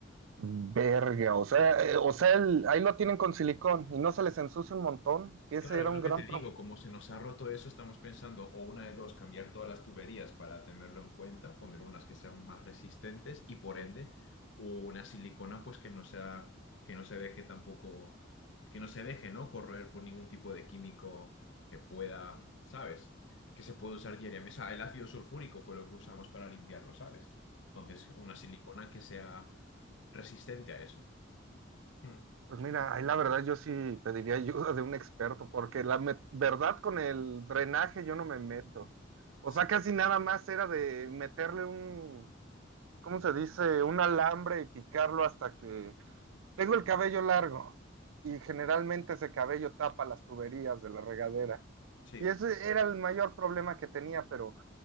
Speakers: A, on the right; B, on the left.
A: Verga, o sea, eh, o sea, el- ahí lo tienen con silicón y no se les ensucia un montón, que ese
B: Claro,
A: era
B: es
A: un
B: lo que
A: gran
B: te digo,
A: problema.
B: como se nos ha roto eso, estamos pensando o una de dos, cambiar todas las tuberías para tenerlo en cuenta, poner unas que sean más resistentes y por ende una silicona pues que no sea, que no se deje tampoco, que no se deje, ¿no? Corroer por ningún tipo de químico que pueda, ¿sabes? Que se puede usar diariamente. O sea, el ácido sulfúrico fue lo que usamos para limpiarlo, ¿sabes? Entonces, una silicona que sea resistente a eso. Mm,
A: Pues mira, ahí la verdad yo sí pediría ayuda de un experto, porque la me- verdad con el drenaje yo no me meto. O
B: Sí,
A: sea, casi nada más era de meterle un, ¿cómo se dice? Un alambre y picarlo hasta que... Tengo el cabello largo y generalmente ese cabello tapa las tuberías de la regadera.
B: sí.
A: Y ese era el mayor problema que tenía, pero